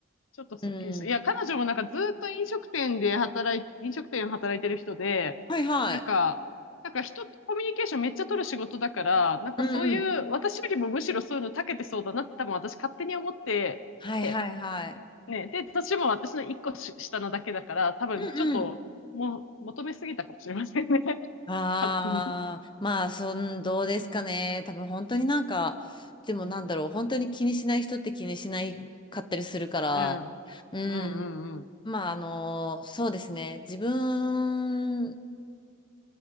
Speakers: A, on the left (about 65°); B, on the left (about 20°).
A: ょっとすっきりした。
B: うん。
A: いや、彼女もなんかずっと飲食店で働い、飲食店で働いてる人で、
B: はいはい。
A: なんか、なんか人とコミュニケーションめっちゃ取る仕事だから、なんかそういう、
B: うんうん。
A: 私よりもむしろそういうの長けてそうだなって多分私勝手に思って、
B: はいはいはい。
A: でね、で、年も私の一個し下なだけだから、多分ちょっと、
B: うんうん。
A: もう、求めすぎたかもしれませんね。<laughs>
B: ああ、
A: 勝手に。
B: まあ、そん、どうですかね。多分本当になんか、でもなんだろう、本当に気にしない人って気にしないかったりするから、
A: うん。
B: うん。
A: うんうんうん。
B: まあ、あの、そうですね。自分、